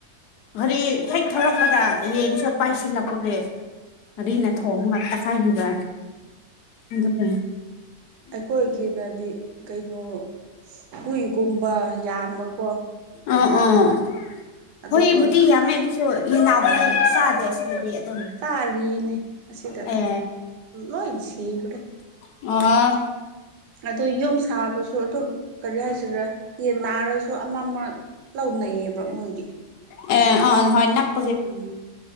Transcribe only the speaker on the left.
ꯍꯥꯏꯔꯤ ꯍꯦꯛ ꯊꯂꯛꯄꯗ ꯌꯦꯟꯁꯨ ꯄꯥꯏꯁꯤꯜꯂꯛꯄꯒꯤ
ꯑꯔꯤꯅ ꯊꯣꯡ ꯉ ꯇꯈꯥꯏꯈꯤꯕ ꯑꯗꯨꯒ
ꯑꯥ ꯑꯥ
ꯍꯨꯏꯕꯨꯗꯤ ꯌꯥꯝꯃꯦ ꯑꯗꯨꯁꯨ ꯌꯦꯅꯥꯎꯕꯨꯗꯤ
ꯆꯥꯗꯦ꯫ ꯑꯗꯨꯕꯨꯗꯤ ꯑꯗꯨꯝ
ꯑꯦ
ꯎꯝ
ꯑ ꯑ ꯍꯅ <unintelligible>